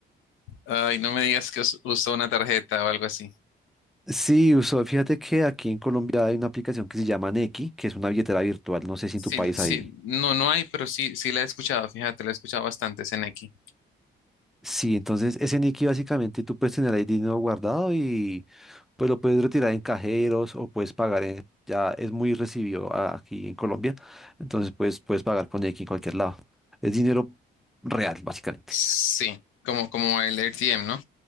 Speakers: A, on the left; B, in the centre.
A: Ay, no me digas que us- usó una tarjeta o algo así.
B: Sí, usó, fíjate que aquí en Colombia hay una aplicación que se llama Nequi, que es una billetera virtual. No sé si
A: Sí,
B: en tu país
A: la- sí,
B: hay.
A: no, no hay, pero sí, sí la he escuchado, fíjate, la he escuchado bastante, Seneki.
B: Sí, entonces ese Nicky básicamente tú puedes tener ahí dinero guardado y pues lo puedes retirar en cajeros o puedes pagar en... Ya es muy recibido a- aquí en Colombia, entonces puedes, puedes pagar con Nicky en cualquier lado. Es dinero real, básicamente.
A: Sí, como, como el RTM, ¿no?